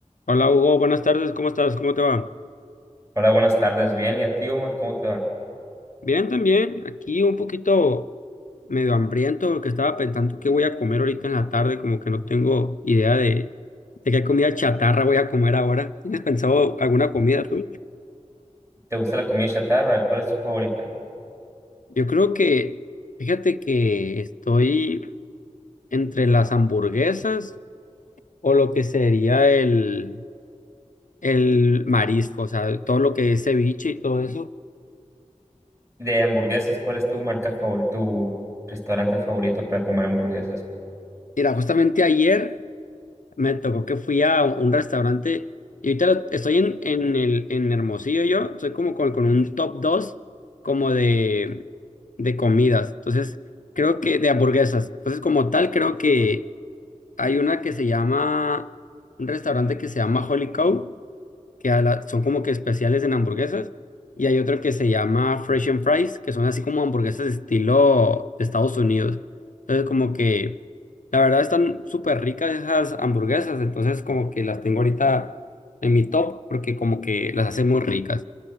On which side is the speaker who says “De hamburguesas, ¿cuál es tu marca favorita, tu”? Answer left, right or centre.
Right